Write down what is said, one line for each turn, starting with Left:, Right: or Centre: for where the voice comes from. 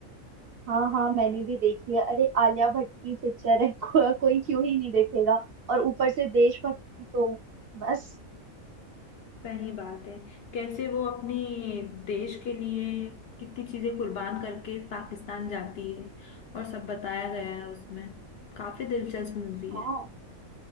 Right: हाँ हाँ मैंने भी देखी है अरे आलिया भट्ट की पिक्चर है <laughs> को, कोई क्यों ही नहीं देखेगा और ऊपर से देशभक्ति तो बस
Left: सही बात है कैसे वो अपने देश के लिए कितनी चीजें कुर्बान करके पाकिस्तान जाती है और सब बताया गया है उसमें काफी दिलचस्प मूवी
Right: हाँ
Left: है